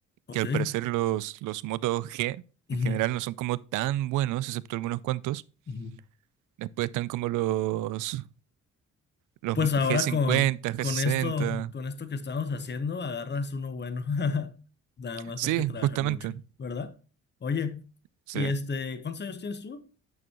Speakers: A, on the left; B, on the right.
A: Ok.
B: que al parecer los, los Moto G
A: ujú,
B: en general no son como tan buenos, excepto algunos cuantos,
A: ujú.
B: después están como los, los
A: Pues
B: G50,
A: ahora con,
B: G60,
A: con esto, con esto que estamos haciendo, agarras uno bueno. <laughs> Nada más
B: sí,
A: hay que trabajar
B: justamente,
A: mucho, ¿verdad? Oye,
B: sí,
A: y este, ¿cuántos años tienes tú?